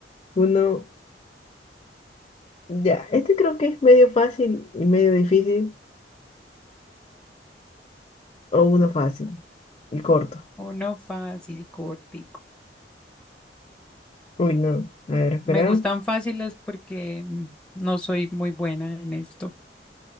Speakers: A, on the left (about 35°); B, in the centre.
A: Uno, ya, este creo que es medio fácil y medio difícil, o uno fácil y corto.
B: Uno fácil, cortico.
A: Uy, no, a ver, espera.
B: Me gustan fáciles porque mm, no soy muy buena en esto.